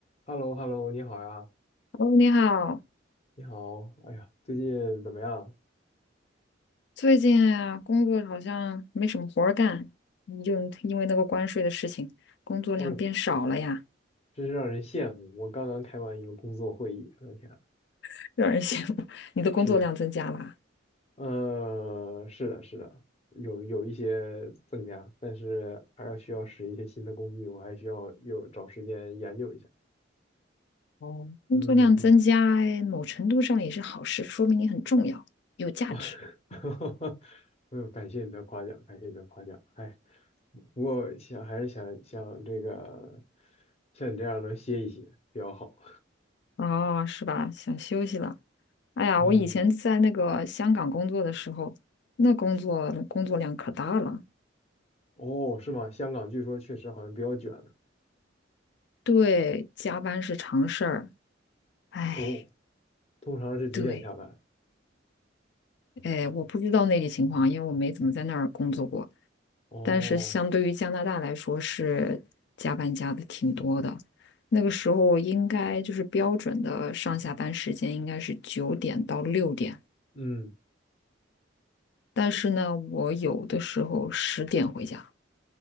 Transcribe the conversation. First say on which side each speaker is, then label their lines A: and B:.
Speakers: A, on the left; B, on the left.
A: h e l l o h e l l o 你好呀，
B: 哦，你好，
A: 你好，哎呀，最近怎么样？
B: 最近啊，工作好像没什么活儿干，你就因为那个关税的事情，工作量变少了呀，
A: 哦呦，真是让人羡慕。我刚刚开完一个工作会议，我的天啊，
B: <laughs> 让人羡慕。你的工作量增加啦，
A: 是的，呃，是的，是的，有有一些增加，但是还要需要使一些新的工具，我还需要有找时间研究一下。
B: 哦，工作量增加，
A: 嗯
B: 哎某程度上也是好事，说明你很重要，有价值。
A: 嗯，<laughs> 呦，感谢你的夸奖，感谢你的夸奖。哎，不过想还是想想这个，像你这样能歇一歇比较好。
B: 哦，是吧？想休息了。哎呀，
A: <laughs> 嗯。
B: 我以前在那个香港工作的时候，那工作工作量可大了，
A: 哦，是吗？香港据说确实好像比较卷的。
B: 对，加班是常事儿。哎，
A: 哦，通常是几点下班？
B: 对。哎，我不知道内地情况啊，因为我没怎么在那儿工作过。
A: 哦，
B: 但是相对于加拿大来说，是加班加的挺多的。那个时候应该就是标准的上下班时间应该是九点到六点，
A: 嗯，
B: 但是呢，我有的时候十点回家。